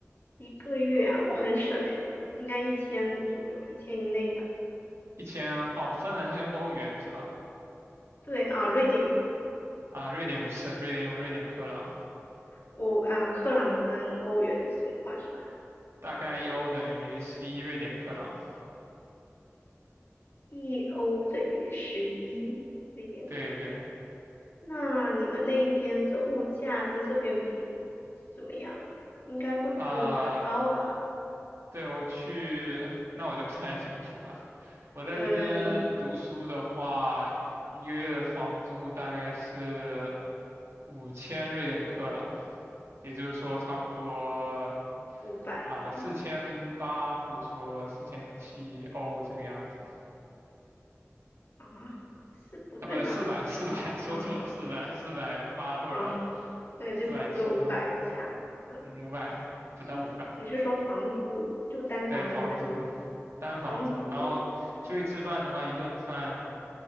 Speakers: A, on the left (about 55°); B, on the right (about 60°).
A: 一个月啊？我很省诶，我应该一千左右，一千以内吧。
B: 一千，哦，芬兰是用欧元是吧？
A: 对啊，瑞典呢，
B: 啊，瑞典不是，瑞典用瑞典克朗，
A: 我啊，克朗跟欧元是怎么换算啊？
B: 大概一欧等于十一瑞典克朗。
A: 一欧等于十一瑞典克朗。
B: 对对。
A: 那你们那边的物价跟这边比怎么样啊？应该会比我们的高吧？
B: 啊、对，我去，那我就不太清楚了。我在这边读书的话，
A: 嗯，
B: 一个月的房租大概是五千瑞典克朗，也就是说差不多
A: 五百欧
B: 啊四千八或者说四千七欧这个样子。
A: 啊，是不对吧？
B: 啊，不是四百，四百说错了，
A: 啊，
B: 四百四百八或者
A: 嗯，对，
B: 四百七欧，
A: 就差不多五百以下。嗯，
B: 嗯五百不到五百。
A: 就是房你是说房租，就单房租还是
B: 对，房租，单房租，
A: 房租？
B: 然后出去吃饭的话，一顿饭。